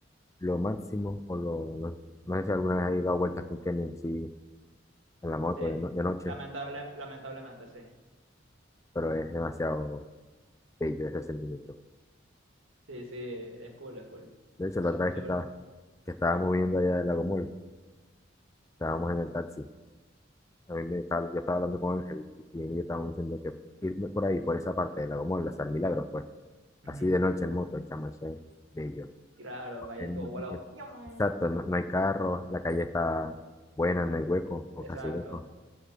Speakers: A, on the left; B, on the right.
A: lo máximo, o lo, no, no sé si alguna vez he dado vueltas con Kenny, sí, en la moto
B: Sí,
A: de, no- de noche,
B: lamentable, lamentablemente, sí.
A: pero es demasiado bello ese sentimiento.
B: Sí, sí, es cool, es cool.
A: De hecho,
B: Súper,
A: la otra vez
B: súper.
A: que, estaba, que estábamos viendo allá del Lagomol, estábamos en el taxi, a mí me estaba- yo estaba hablando con Ángel, y él y yo estábamos diciendo que irme por ahí, por esa parte del Lagomol, hasta el Milagro, pues,
B: Ujú.
A: así de noche en moto, chamo, eso es bello.
B: Claro,
A: porque
B: va ahí
A: no-
B: todo volado.
A: que-
B: ¡Ñam!
A: exacto, no, no hay carro, la calle está buena, no hay hueco o
B: Exacto.
A: casi hueco.